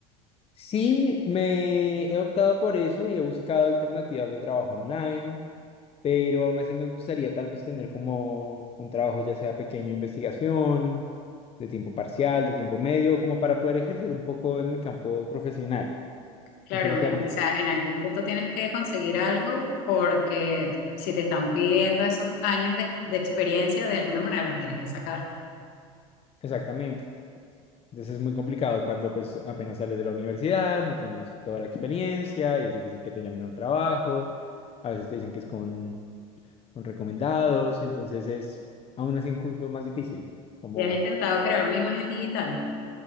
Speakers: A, on the left; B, on the left.
A: Sí, me he optado por eso y he buscado alternativas de trabajo online. pero aún así me gustaría tal vez tener como un trabajo ya sea pequeño de investigación, de tiempo parcial, de tiempo medio, como para poder ejercer un poco en el campo profesional.
B: Claro,
A: No sé lo
B: imagínate,
A: que...
B: o sea, en algún punto tienes que conseguir algo porque si te están pidiendo esos años de, de experiencia, de alguna manera los tienes que sacar.
A: Exactamente. Entonces es muy complicado cuando pues apenas sales de la universidad, no tienes toda la experiencia y es difícil que te llamen a un trabajo. A veces te dicen que es con, con recomendados, entonces es aún así incluso más difícil. Como,
B: ¿Y has intentado crear una imagen digital?